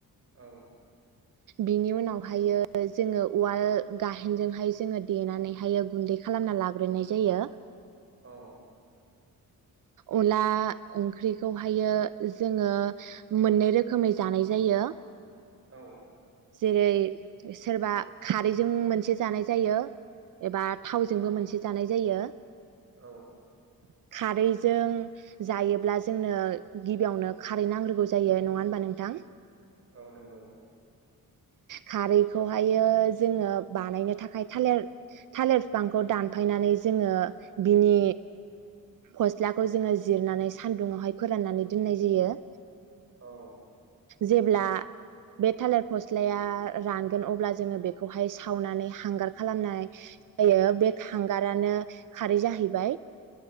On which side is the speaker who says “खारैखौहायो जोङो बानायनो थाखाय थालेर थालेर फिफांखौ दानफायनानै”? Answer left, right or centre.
Right